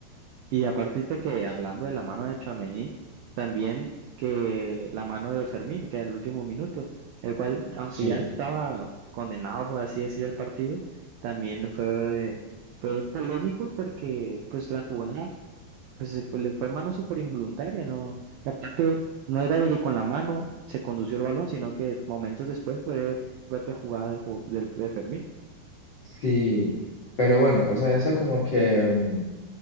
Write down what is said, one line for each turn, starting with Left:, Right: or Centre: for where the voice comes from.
Right: Y aparte ahorita que hablando de la mano de Tchouaméni, también que la mano de Fermín, que al último minuto, el cual, aunque
Left: Sí,
Right: ya estaba condenado, por así decir, el partido, también fue, fue polémico porque, pues, la jugada Pues se fue, le fue mano súper involuntaria, ¿no? Y aparte, no era de que con la mano se condució el balón, sino que momentos después fue propia jugada del, ju- del de Fermín.
Left: sí, pero bueno, o sea, esa como que, mm,